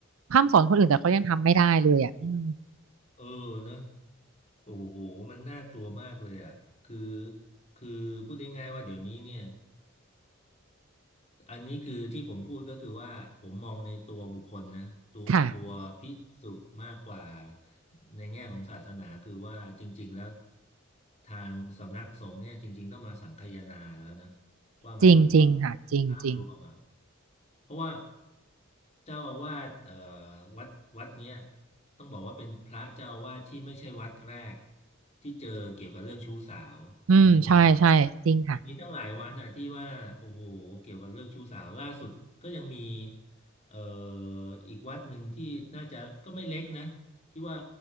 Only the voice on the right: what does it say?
พร่ำสอนคนอื่นแต่เขายังทำไม่ได้เลยอ่ะอืม
ค่ะ
จริงจริงค่ะจริงจริง
อืมใช่ใช่จริงค่ะ